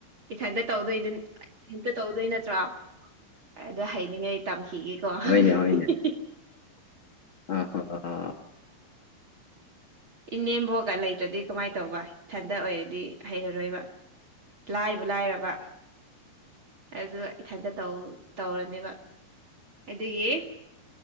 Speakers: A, on the right; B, on the left.
A: ꯏꯊꯟꯇꯅꯤ ꯇꯧꯗꯣꯏꯅꯦ ꯍꯛꯇ ꯇꯧꯗꯣꯏ ꯅꯠꯇ꯭ꯔꯣ ꯑꯗꯨꯗꯣ ꯍꯥꯏꯅꯤꯡꯉꯥꯏ ꯇꯝꯈꯤꯒꯦ ꯗꯣ
B: ꯍꯣꯏꯅꯦ
A: ꯍꯤꯛ
B: ꯍꯣꯏꯅꯦ
A: ꯍꯤꯛ
B: ꯑ ꯍꯥ ꯍꯥ
A: ꯏꯅꯦꯝꯕꯣꯛꯒ ꯂꯩꯇ꯭ꯔꯗꯤ ꯀꯃꯥꯏꯅ ꯇꯧꯕ ꯏꯊꯟꯗ ꯑꯣꯏꯔꯗꯤ ꯍꯩꯔꯔꯣꯏꯕ ꯂꯥꯏꯕꯨ ꯂꯥꯏꯔꯕ ꯑꯗꯨ ꯏꯊꯟꯇꯇꯧ ꯇꯧꯔꯅꯦꯕ ꯑꯗꯨꯒꯤ